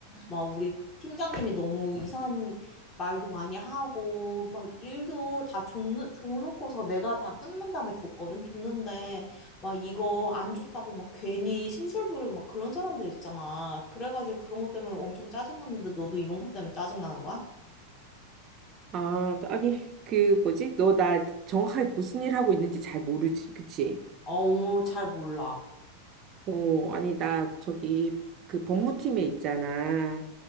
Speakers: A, on the left; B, on the right.
A: 막 우리 팀장님이 너무 이상한 말도 많이 하고, 막 일도 다 줬는, 줘놓고서 내가 다 끝난 다음에 줬거든. 줬는데, 막 이거 안 줬다고 막 괜히 심술 부리고 막 그런 사람들 있잖아. 그래가지고 그런 것 때문에 엄청 짜증났는데 너도 이런 것 때문에 짜증나는 거야?
B: 아, 아니, 그, 뭐지? 너 나 정확하게 무슨 일 하고 있는지 잘 모르지, 그치?
A: 어우, 잘 몰라.
B: 어, 아니, 나, 저기, 그 법무팀에 있잖아.